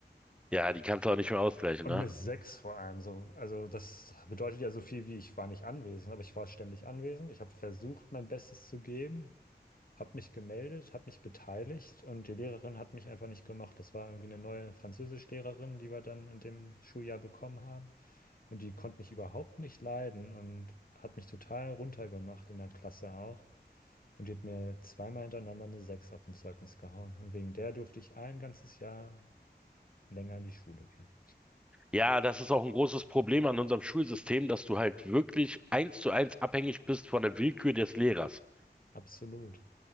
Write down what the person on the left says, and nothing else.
Und
eine 6 vor allem so. Also das bedeutet ja so viel wie ich war nicht anwesend, aber ich war ständig anwesend. Ich habe versucht, mein Bestes zu geben, habe mich gemeldet, habe mich beteiligt und die Lehrerin hat mich einfach nicht gemacht. Das war irgendwie eine neue Französischlehrerin, die wir dann in dem Schuljahr bekommen haben. Und die konnte mich überhaupt nicht leiden und hat mich total runtergemacht in der Klasse auch. Und die hat mir zweimal hintereinander eine 6 auf dem Zeugnis gehauen. Und wegen der durfte ich ein ganzes Jahr länger in die Schule gehen.
Absolut.